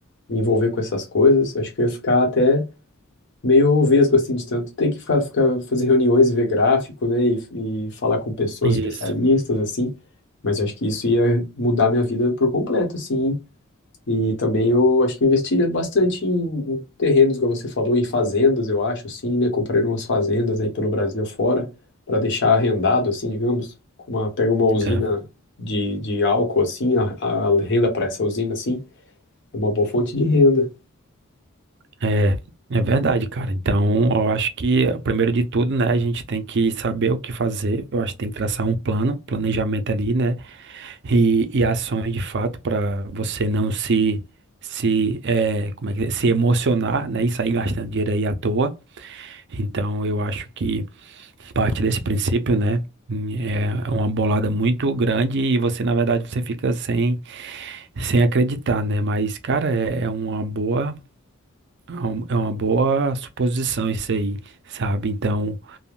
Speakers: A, on the left; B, on the right.
A: me envolver com essas coisas. Acho que eu ia ficar até meio vesgo, assim, de tanto ter que ficar, ficar- fazer reuniões, ver gráfico, né, e, e falar com pessoas
B: Isso.
A: especialistas, assim. Mas eu acho que isso ia mudar minha vida por completo, assim. E também eu acho que eu investiria bastante em, em terrenos, como você falou, em fazendas, eu acho, assim, né? Comprar umas fazendas aí pelo Brasil fora, para deixar arrendado, assim, digamos, com uma, pega uma usina
B: É,
A: de, de álcool, assim, a, a renda para essa usina, assim, é uma boa fonte de renda.
B: é, é verdade, cara. Então, eu acho que, primeiro de tudo, né, a gente tem que saber o que fazer, eu acho que tem que traçar um plano, planejamento ali, né, E, e ações de fato para você não se se é, como é que é? se emocionar, né, e sair gastando dinheiro aí à toa. Então eu acho que parte desse princípio, né, é uma bolada muito grande e você na verdade você fica sem sem acreditar, né? Mas cara, é, é uma boa é um- é uma boa suposição isso aí, sabe? Então,